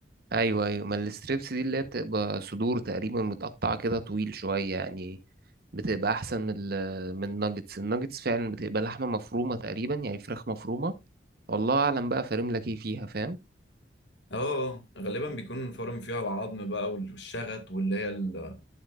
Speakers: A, on the right (about 60°); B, on the left (about 80°).
A: ايوه ايوه ما الستريبس دي اللي هي بتبقى صدور تقريبا متقطعه كده طويل شويه يعني بتبقى احسن من ال- من الناجتس الناجتس فعلا بتبقى لحمه مفرومه تقريبا يعني فراخ مفرومه والله اعلم بقى فارم لك ايه فيها فاهم
B: اه آه، غالبا بيكون فرم فيها العظم بقى والشغط واللي هي ال-